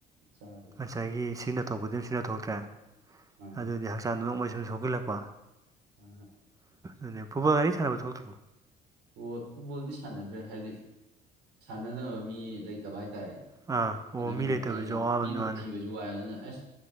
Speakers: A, on the right; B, on the right.
A: ꯆꯥꯗ
B: ꯉꯁꯥꯏꯒꯤ ꯁꯤꯅ ꯇꯧꯕꯗꯤ ꯑꯝꯨ ꯂꯧ ꯊꯣꯛꯇ꯭ꯔꯦ
A: ꯃꯥꯅꯦ
B: ꯑꯗꯨꯗꯤ ꯍꯛꯆꯥꯡ ꯅꯣꯡꯃꯩ ꯁꯨꯝ ꯁꯣꯛꯆꯜꯂꯛꯄ
A: ꯑ
B: ꯑꯗꯨ ꯐꯨꯕꯜ ꯒꯥꯔꯤ ꯁꯥꯟꯅꯕ ꯊꯣꯛꯇ꯭ꯔꯣ
A: ꯑꯣ ꯐꯨꯠꯕꯣꯜꯗꯤ ꯁꯥꯟꯅꯗ꯭ꯔꯦ ꯍꯥꯏꯕꯗꯤ ꯁꯥꯟꯅꯅꯕ ꯃꯤ ꯂꯩꯇꯕ ꯍꯥꯏꯇꯥꯔꯦꯅꯦ
B: ꯑꯥ
A: ꯁꯥꯟꯅꯃꯤꯟꯅꯕ
B: ꯑꯣ ꯃꯤ ꯂꯩꯇꯕꯁꯨ
A: ꯑꯗꯨꯅ
B: ꯑꯋꯥꯕꯅꯤ
A: ꯄꯤꯗꯣꯛ
B: ꯃꯥꯅꯦ
A: ꯊꯤꯕꯁꯨ ꯋꯥꯏ ꯑꯗꯨꯅ ꯑꯦꯁ